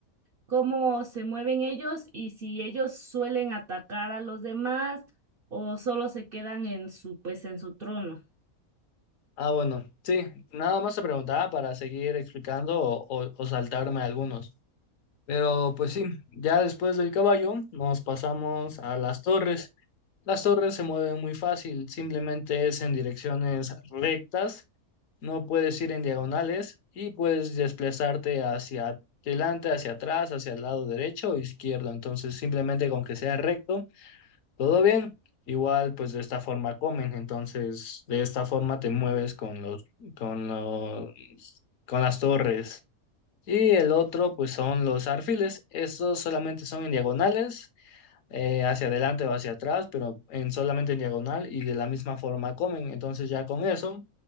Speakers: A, on the right; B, on the left.
A: cómo se mueven ellos y si ellos suelen atacar a los demás o solo se quedan en su, pues, en su trono.
B: Ah, bueno, sí, nada más te preguntaba para seguir explicando o, o- o saltarme algunos. Pero pues sí, ya después del caballo nos pasamos a las torres. Las torres se mueven muy fácil, simplemente es en direcciones rectas, no puedes ir en diagonales y puedes desplazarte hacia adelante, hacia atrás, hacia el lado derecho o izquierdo. Entonces, simplemente con que sea recto. todo bien. Igual, pues de esta forma comen, entonces de esta forma te mueves con los, con los, con las torres. Y el otro, pues son los arfiles. Estos solamente son en diagonales, eh, hacia adelante o hacia atrás, pero en solamente en diagonal y de la misma forma comen. Entonces ya con eso,